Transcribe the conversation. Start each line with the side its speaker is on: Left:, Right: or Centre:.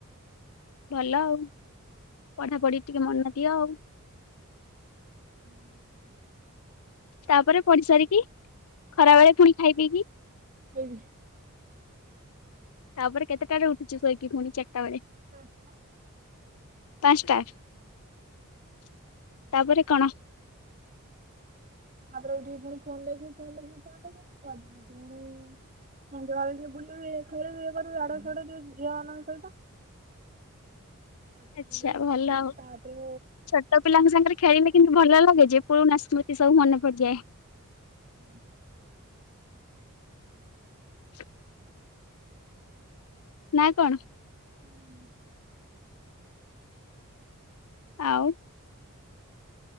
Left: ଭଲ ଆଉ ପଢାପଢି ଟିକେ ମନ ଦିଅ ଆଉ।
Right: ହୁଁ।
Left: ତାପରେ ପଢି ସାରିକି ଖରା ବେଳେ ପୁଣି ଖାଇ ପିଇକି
Right: <unintelligible>
Left: ତାପରେ କେତେଟାରେ ଉଠିଛି ଶୋଇକି ଖୁଣି ଚାରଟା ବେଳେ?
Right: <unintelligible>
Left: ପାଞ୍ଚଟା ତାପରେ କଣ?
Right: ତାପରେ ଉଠିକି ପୁଣି ଫୋନ ଦେଖି ଫୋନ ଦେଖି ପୁଣି ସନ୍ଧ୍ଯା ବେଳେ ଟିକେ ବୁଲିବୁ ଖେଳିବୁ ଇଏ କରିବୁ ଇଆଡ଼େ ସିଆେଡ ଟିକେ ଝିଅ ମାନଙ୍କ ସହିତ <unintelligible>
Left: ଆଚ୍ଛା
Right: ଆସଛି
Left: ଭଲ ଆଉ
Right: ତାପରେ
Left: ଛୋଟ ପିଲାଙ୍କ ସାଙ୍ଗରେ ଖେଳିଲେ କିନ୍ତୁ ଭଲ ଲାଗେ ଯେ ପୁରୁଣା ସ୍ମୃତି ସବୁ ମନେ ପଡିଯାଏ।
Right: ହୁଁ
Left: <inaudible> ନା କଣ?
Right: ହୁଁ।
Left: ଆଉ